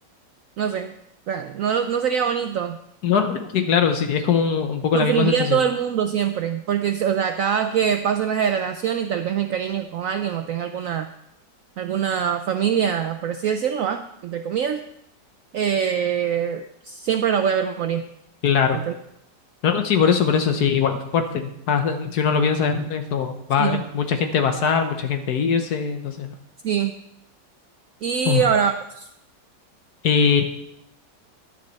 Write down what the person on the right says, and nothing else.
No sé. O sea, no, no sería bonito.
Sufriría
a todo el mundo siempre, porque, o sea, cada que paso una generación y tal vez me encariño con alguien o tenga alguna alguna familia, por así decirlo, va, entre comillas, eh, siempre la voy a ver morir,
¿me entiendes?
Sí,
sí. Y
ahora, vamos.